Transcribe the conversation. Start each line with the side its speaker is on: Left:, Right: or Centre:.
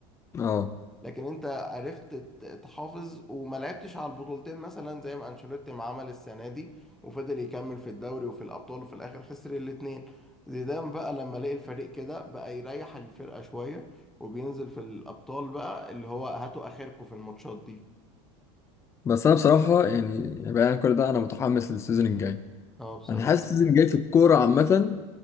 Left: اه
Centre: لكن انت عرفت ت- تحافظ وما لعبتش على البطولتين مثلا زي ما انشيلوتي ما عمل السنه دي وفضل يكمل في الدوري وفي الابطال وفي الاخر خسر الاثنين زيدان بقى لما لقي الفريق كده بقى يريح الفرقه شويه وبينزل في الابطال بقى اللي هو هاتوا اخركم في الماتشات دي
Left: بس انا بصراحه يعني بعيد عن كل ده انا متحمس للسيزون الجاي
Centre: اه بصراحه
Left: انا حاسس السيزون الجاي في الكوره عامه